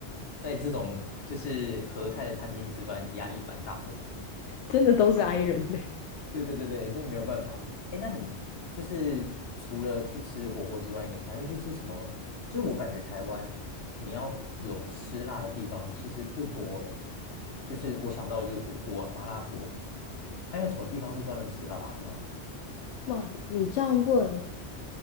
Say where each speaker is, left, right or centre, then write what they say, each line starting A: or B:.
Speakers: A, on the left; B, on the left.
A: 在这种就是合菜的餐厅吃饭，压力蛮大的。
B: 真的都是 i 人嘞、
A: 对对对对，这没有办法。哎，那你就是除了去吃火锅之外，你还会去吃什么？就是我感觉台湾你要有吃辣的地方其实不多哎，就是我想到的就是火锅啊，麻辣锅，还有什么地方是专门吃辣的吗？
B: 哇，你这样问，